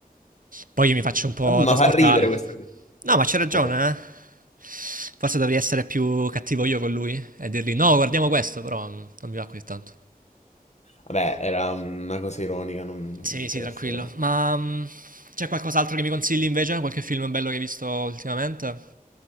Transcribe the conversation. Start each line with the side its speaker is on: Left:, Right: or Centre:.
Right: Poi io mi faccio un po'
Left: Vabbè, ma
Right: trasportare.
Left: fa ridere questa cosa.
Right: No, ma c'è ragione,
Left: Vabbè.
Right: eh. Forse dovrei essere più cattivo io con lui e dirgli no, guardiamo questo, però mm, non mi va così tanto.
Left: Vabbè, era una cosa ironica, non
Right: Sì,
Left: mi interessa.
Right: sì, tranquillo. Ma mm, c'è qualcos'altro che mi consigli invece? Qualche film bello che hai visto ultimamente?